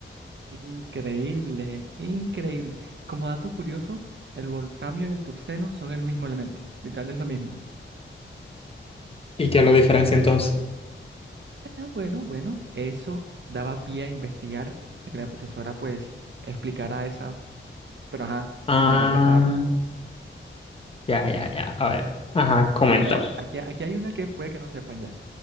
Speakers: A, on the right (about 60°); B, on the left (about 25°).
A: Increíble, increíble. Como dato curioso, el wolframio y el tungsteno son el mismo elemento. Literal es lo mismo.
B: ¿Y qué lo diferencia entonces?
A: Ah, Bueno, bueno, eso daba pie a investigar, a que la profesora pues explicara esa, pero ajá,
B: Ah,
A: me rechazaron.
B: ya, ya, ya. A ver, ajá, coméntame.
A: Y bueno, ya- aquí, aquí hay una que puede que no sepa ya.